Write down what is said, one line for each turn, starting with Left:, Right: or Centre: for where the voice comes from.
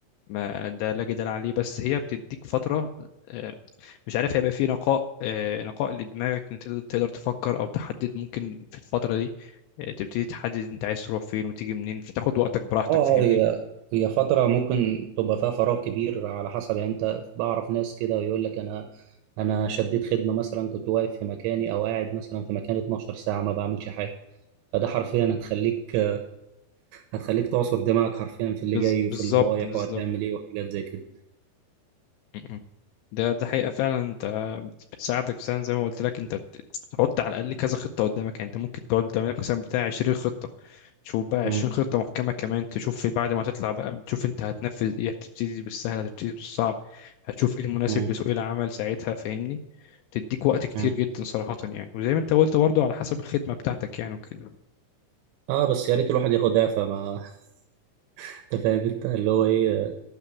Left: ما ده لا جدال عليه بس هي بتديك فتره آه، مش عارف هيبقى في نقاء آه، نقاء لدماغك ان تقدر تقدر تفكر او تحدد ممكن في الفتره دي آه، تبتدي تحدد انت عايز تروح فين وتيجي منين فتاخد وقتك براحتك
Right: اه
Left: فاهمني
Right: هي هي فترة ممكن تبقى فيها فراغ كبير على حسب يعني انت بعرف ناس كده يقول لك انا انا شديت خدمة مثلا كنت واقف في مكاني او قاعد مثلا في مكان 12 ساعة ما بعملش حاجة فده حرفيا هتخليك هتخليك تعصر دماغك حرفيا في اللي
Left: بز-
Right: جاي وفي
Left: بالظبط
Right: اللي رايح
Left: بالظبط
Right: وهتعمل ايه وحاجات زي كده
Left: م-م. ده ده حقيقة فعلا انت بت- بتساعدك مثلا زي ما قلت لك انت بت- بتحط على الأقل كذا خطة قدامك يعني انت ممكن تقعد تعمل لك مثلا بتاع 20 خطة تشوف بقى
Right: مم.
Left: 20 خطة محكمة كمان تشوف في بعد ما تطلع بقى تشوف انت هتنفذ ايه هتبتدي بالسهل هتبتدي بالصعب هتشوف ايه المناسب
Right: مم.
Left: لسوق العمل ساعتها فاهمني تديك وقت كتير
Right: مم.
Left: جدا صراحة يعني وزي ما انت قلت برضه على حسب الخدمة بتاعتك يعني وكده
Right: اه بس يا ريت الواحد ياخد دافع ما <laughs> انت
Left: مم.
Right: فاهم انت اللي هو ايه آه،